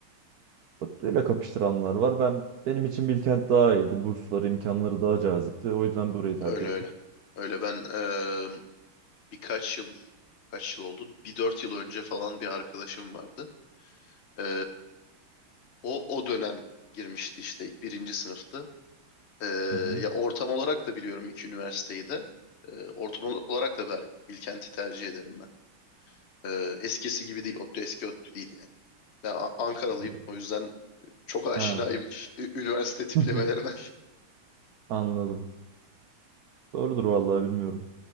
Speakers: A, on the right; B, on the left.
A: Bak, Öyle kapıştıranlar var. Ben benim için Bilkent daha iyiydi. Bursları imkanları daha cazipti. O yüzden burayı tercih
B: Öyle
A: ettim.
B: öyle. Öyle ben eee, birkaç yıl kaç yıl oldu? Bir dört yıl önce falan bir arkadaşım vardı. E, O o dönem girmişti işte birinci sınıftı. Ee,
A: Hı hı.
B: ya ortam olarak da biliyorum iki üniversiteyi de. Ee, ortam ol- olarak da Ber Bilkent'i tercih ederim ben. Ee, eskisi gibi değil, ODTÜ eski ODTÜ değil yani. Ben A- Ankaralıyım
A: Evet.
B: o yüzden çok aşinayım
A: Ha.
B: ü- üniversite tiplemelerine.
A: <laughs> Anladım. Doğrudur vallahi bilmiyorum.